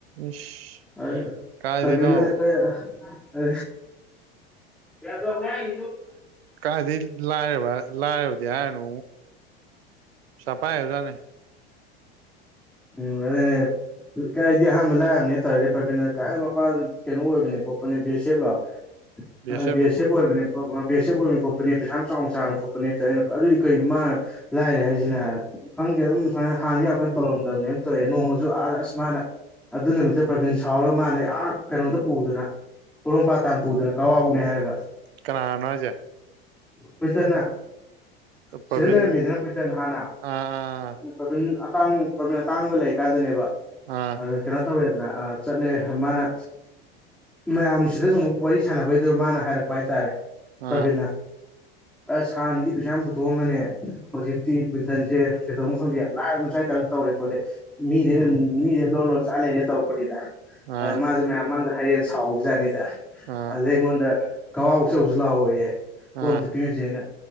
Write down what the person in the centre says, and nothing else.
ꯑꯔ
ꯑꯚꯅ ꯅꯠꯇ ꯑ ꯌꯥꯗ ꯉ ꯏ
ꯎꯝ ꯑꯗꯨꯗꯅꯦ ꯀꯩ ꯍꯥꯏꯗꯤ ꯑꯍꯥꯟꯕ ꯂꯥꯛꯑꯕꯅꯦꯅ ꯇꯧꯔꯗꯤ ꯄ꯭ꯔꯕꯤꯟꯗ ꯀꯥꯏ ꯃꯄꯄꯥ ꯀꯩꯅꯣ ꯑꯣꯏꯕꯅꯦ ꯈꯣꯠꯄꯅꯦ ꯕꯦꯁꯦꯞꯂ
ꯑ
ꯦꯁꯦ ꯀꯣꯣꯏꯕꯅꯦ ꯕꯦꯁꯁꯤꯦ ꯑꯣꯏꯅ ꯈꯣꯠꯄꯅꯦ ꯄꯩꯁꯥ ꯌꯥꯝ ꯆꯥꯎꯅ ꯆꯥꯎꯅ ꯈꯣꯠꯄꯅꯦꯩꯅ ꯑꯗꯨꯗꯤ ꯀꯩꯅꯣ ꯃꯥ ꯂꯥꯏꯔꯦ ꯍꯥꯏꯁꯤꯅ ꯍꯥꯏꯔ ꯈꯪꯗꯦ ꯑꯗꯨꯝ ꯁꯨꯃꯥꯏꯅ ꯍꯥꯟꯅꯗꯤ ꯌꯥꯝꯐꯅ ꯇꯧꯔꯝ ꯇꯧꯋꯦ ꯅꯣꯡꯃꯁꯨ ꯑꯥ ꯑꯁ ꯃꯥꯅ ꯑꯗꯨ ꯅꯨꯃꯤꯠꯇ ꯄ꯭ꯔꯕꯤꯟ ꯁꯥꯎꯔꯒ ꯃꯥꯅ ꯑꯩꯍꯥꯛ ꯀꯩꯅꯣꯝꯇ ꯄꯨꯗꯅ ꯄꯣꯔꯣꯝꯄꯥꯇꯥꯟ ꯄꯨꯗꯅ ꯀꯋꯥꯕꯧꯅꯦ ꯍꯥꯏꯔꯒ
ꯀꯨꯏꯇꯟꯅ
ꯁꯤꯗ ꯂꯩꯔꯝꯃꯤꯗꯅ ꯀꯨꯏꯇꯟ ꯍꯥꯟꯅ
ꯄ꯭ꯔꯕꯤꯟ ꯑꯇꯥꯡ ꯄ꯭ꯔꯥꯕꯤꯟ ꯑꯇꯥꯡꯕ ꯂꯩꯀꯥꯟꯗꯅꯦꯕ
ꯑꯗꯨ ꯀꯩꯅꯣ ꯇꯧꯔꯦꯗꯅ ꯆꯠꯂꯦ ꯃꯥꯅ ꯃꯌꯥꯝꯁꯤꯗ ꯁꯨꯝ ꯋꯥꯔꯤ ꯁꯥꯟꯅꯕꯩꯗꯨ ꯃꯥꯅ ꯍꯥꯏꯔꯛꯄ ꯍꯥꯏꯇꯥꯔꯦ ꯄ꯭ꯔꯕꯤꯟꯅ
ꯑꯁ ꯍꯥꯟꯅꯗꯤ ꯄꯩꯁꯥ ꯌꯥꯝ ꯄꯨꯊꯣꯛꯑꯃꯅꯦ ꯍꯧꯖꯤꯛꯇꯤ ꯀ꯭ꯋꯤꯟꯇꯟꯁꯦ ꯀꯩꯗꯧꯝ ꯈꯪꯗꯦ ꯌꯥꯝ ꯂꯥꯏꯔꯝ ꯃ ꯆꯥꯏ ꯍꯥꯏꯇꯥꯔ ꯇꯧꯔꯦ ꯈꯣꯠꯂꯦ ꯃꯤꯗꯦꯅ ꯃꯤꯗꯤꯦ ꯂꯣ ꯂꯣ ꯆꯥ ꯂꯩꯔꯦ ꯇꯧꯔꯛꯄꯣꯤꯗ
ꯃꯥꯁꯦ ꯃꯌꯥꯝ ꯃꯥꯡꯗ ꯍꯌꯦꯡ ꯁꯥꯎꯕꯖꯥꯠꯅꯤꯗ
ꯑꯗꯨꯗꯩ ꯑꯩꯉꯣꯟꯗ ꯀꯋꯥꯎꯆꯧꯁꯨ ꯂꯥꯛꯑꯣꯌꯦ ꯄꯣꯝꯇ
ꯄꯤꯔꯨꯁꯦꯅ